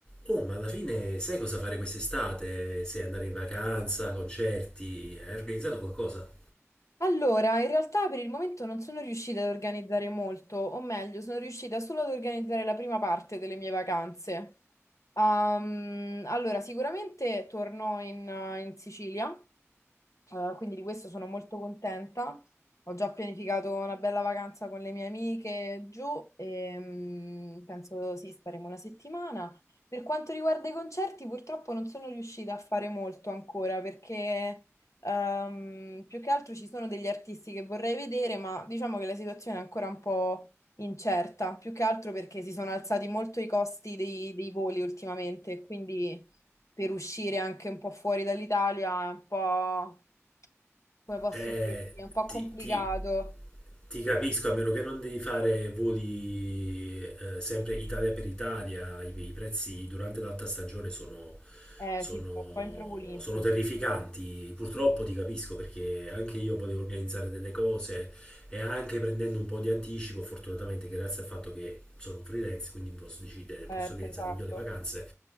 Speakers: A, on the left; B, on the left.
A: Oh, ma alla fine sai cosa fare quest'estate? Se andare in vacanza, concerti, hai organizzato qualcosa?
B: Allora, in realtà per il momento non sono riuscita ad organizzare molto, o meglio, sono riuscita solo ad organizzare la prima parte delle mie vacanze. Ehm, allora, sicuramente torno in, eh, in Sicilia eh, quindi di questo sono molto contenta. Ho già pianificato una bella vacanza con le mie amiche giù e mm, penso sì, staremo una settimana. Per quanto riguarda i concerti, purtroppo non sono riuscita a fare molto ancora perché ehm, più che altro ci sono degli artisti che vorrei vedere, ma diciamo che la situazione è ancora un po' incerta, più che altro perché si sono alzati molto i costi dei, dei voli ultimamente, quindi per uscire anche un po' fuori dall'Italia è un po' come posso
A: Eh,
B: dirti, è un po'
A: ti,
B: complicato.
A: ti Ti capisco, a meno che non devi fare voli eh, sempre Italia per Italia, i, i prezzi durante l'alta stagione sono,
B: Eh
A: sono,
B: sì, sono un po' in proprio olimpici.
A: sono terrificanti. Purtroppo ti capisco perché anche io potevo organizzare delle cose e anche prendendo un po' di anticipo, fortunatamente grazie al fatto che sono un freelance, quindi posso decidere,
B: Certo,
A: posso organizzare
B: esatto.
A: meglio le vacanze.